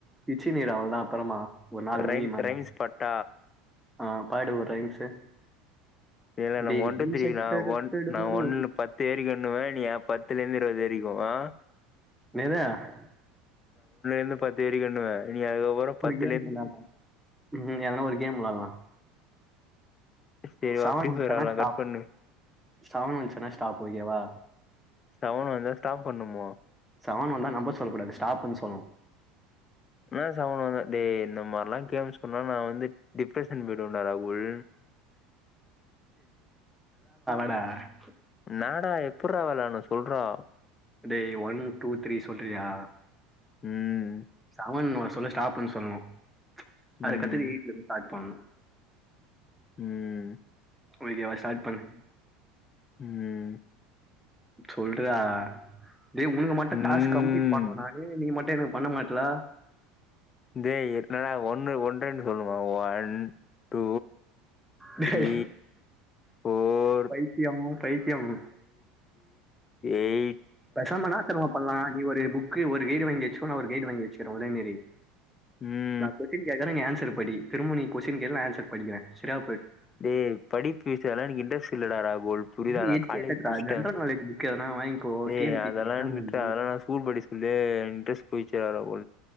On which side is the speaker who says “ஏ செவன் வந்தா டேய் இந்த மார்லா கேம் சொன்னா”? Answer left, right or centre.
Left